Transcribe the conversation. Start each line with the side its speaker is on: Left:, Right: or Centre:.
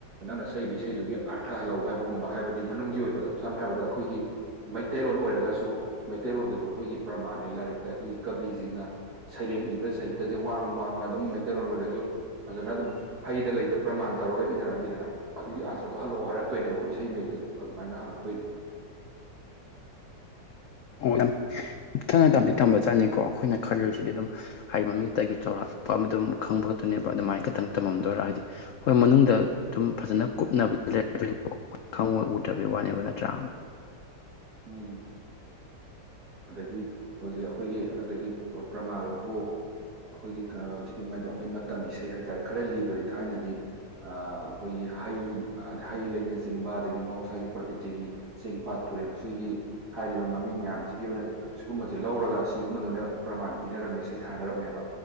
Right: ꯅꯪꯅ ꯁꯛꯏꯕ ꯏꯁꯩꯗꯨꯒꯤ ꯑꯥꯔꯊ ꯍꯜꯂꯛꯎ ꯍꯥꯏꯕꯒꯨꯝꯕ ꯍꯥꯏꯕꯗꯤ ꯃꯅꯨꯡꯒꯤ ꯑꯣꯏꯕꯗꯣ ꯁꯝꯅ ꯍꯥꯏꯔꯕꯗ ꯑꯩꯈꯣꯏꯒꯤ ꯃꯩꯇꯩꯔꯣꯟ ꯑꯣꯏꯔꯒꯁꯨ ꯃꯩꯇꯩꯔꯣꯟꯗꯖꯨ ꯑꯈꯣꯏꯒꯤ ꯄ꯭ꯔꯃꯥꯟꯅꯦ ꯂꯥꯏꯔꯤꯛꯇ ꯑꯩꯈꯣꯏꯒꯤ ꯀꯕꯤꯖꯤꯡꯅ ꯁꯩꯔꯦꯡ ꯏꯕ ꯁꯍꯤꯇ꯭ꯌꯖꯦ ꯋꯥꯡ ꯋꯥꯡꯅ ꯑꯗꯨꯝ ꯃꯩꯇꯩꯔꯣꯟ ꯑꯣꯏꯔꯖꯨ ꯐꯖꯅ ꯑꯗꯨꯝ ꯍꯩꯗ ꯂꯩꯗ ꯄ꯭ꯔꯃꯥꯟ ꯇꯧꯔꯒ ꯏꯅꯔꯝꯃꯤꯗꯅꯥ ꯑꯗꯨꯒꯤ ꯑꯥꯔꯊꯗꯣ ꯍꯜꯂꯛꯑꯣ ꯍꯥꯏꯔꯛꯇꯣꯏꯅꯦꯕ ꯑꯩꯈꯣꯏ ꯏꯁꯩ ꯃꯌꯦꯛꯇ ꯑꯗꯨꯃꯥꯏꯅ ꯍꯪꯉꯛꯇꯣꯏꯅꯤ
Left: ꯑꯣ ꯌꯥꯝ ꯀꯨꯞꯊꯅ ꯇꯝꯗꯤ ꯇꯝꯕꯖꯥꯠꯅꯤꯀꯣ ꯑꯈꯣꯏꯅ ꯈꯜꯂꯨꯔꯤꯁꯤꯗꯤ ꯗꯨꯝ ꯍꯥꯏꯕ ꯃꯃꯤꯡꯇꯒꯤ ꯆꯥꯎꯔꯥꯛꯄ ꯑꯗꯨꯝ ꯈꯪꯕ ꯈꯠꯇꯅꯦꯕꯥ ꯑꯗꯨꯃꯥꯏ ꯈꯇꯪ ꯇꯝꯃꯝꯗꯣꯏꯔꯥ ꯍꯥꯏꯗꯤ ꯍꯣꯏ ꯃꯅꯨꯡꯗ ꯑꯗꯨꯝ ꯐꯖꯅ ꯀꯨꯞꯅꯕꯨ <unintelligible> ꯈꯪꯉꯣꯏ ꯎꯗꯕꯩ ꯋꯥꯅꯦꯕ ꯅꯠꯇ꯭ꯔꯥ
Right: ꯎꯝ ꯑꯗꯒꯤ ꯍꯧꯖꯤꯛ ꯑꯈꯣꯏꯒꯤ ꯑꯗꯒꯤ ꯄ꯭ꯔꯃꯥꯜꯑꯕꯨ ꯑꯈꯣꯏꯒꯤ ꯊꯔꯥꯍꯨꯖꯤꯒꯤ ꯃꯥꯏꯗꯤ ꯑꯩꯈꯣꯏ ꯃꯇꯝ ꯏꯁꯩ ꯍꯥꯏꯇꯥꯔꯦ ꯈꯔ ꯂꯤꯕꯗꯤ ꯊꯥꯏꯅꯗꯤ ꯑꯥ ꯑꯈꯣꯏꯒꯤ ꯍꯩ ꯑꯗ ꯍꯩ ꯂꯩꯅꯆꯤꯡꯕ ꯑꯗꯒꯤ ꯃꯍꯧꯁꯥꯒꯤ ꯄ꯭ꯔꯀꯤꯇꯤꯒꯤ ꯆꯤꯡ ꯄꯥꯠ ꯇꯨꯔꯦꯜ ꯁꯤꯒꯤ ꯍꯥꯏꯔꯤꯕ ꯃꯃꯤꯡ ꯃꯌꯥꯝꯖꯤꯒꯤ ꯑꯣꯏꯅ ꯁꯤꯒꯨꯝꯕꯖꯦ ꯂꯧꯔꯒ ꯁꯤꯒꯨꯝꯕꯗꯨꯅ ꯄ꯭ꯔꯃꯥꯟ ꯄꯤꯅꯔꯝꯃꯦ ꯏꯁꯩ ꯊꯥꯅꯔꯝꯃꯦꯕꯥ